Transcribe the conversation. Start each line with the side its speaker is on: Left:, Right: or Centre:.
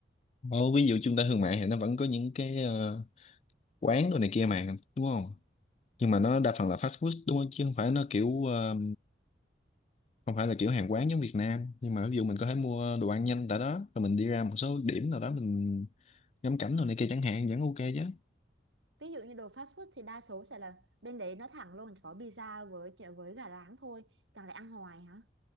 Left: Ồ, ví dụ trung tâm thương mại thì nó vẫn có những cái ờ, quán đồ này kia mà đúng không nhưng mà nó đa phần là fast food đúng không chứ không phải nó kiểu ờ, không phải là kiểu hàng quán giống Việt Nam nhưng mà ví dụ mình có thể mua đồ ăn nhanh tại đó rồi mình đi ra một số điểm nào đó mình ngắm cảnh đồ này kia chẳng hạn vẫn ok chứ
Right: Ví dụ như đồ fast food thì đa số sẽ là bên đấy nó thẳng luôn chỉ có pizza với với gà rán thôi. Chẳng lẽ ăn hoài hả?